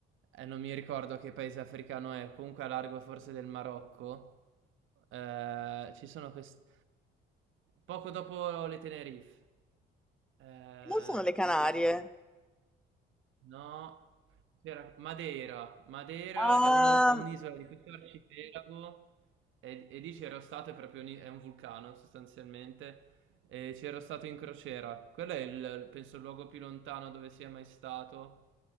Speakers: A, on the right; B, in the centre.
A: eh, non mi ricordo che paese africano è, comunque a largo forse del Marocco. Eh, ci sono queste... Poco dopo le Tenerife. Eh,
B: Non sono le Canarie.
A: come si chiama? No, c'era- Madeira. Madeira
B: Ah,
A: è una- è un'isola di questo arcipelago e, e lì c'ero stato, è proprio un, è un vulcano sostanzialmente, e c'ero stato in crociera. Quello è il, penso, il luogo più lontano dove sia mai stato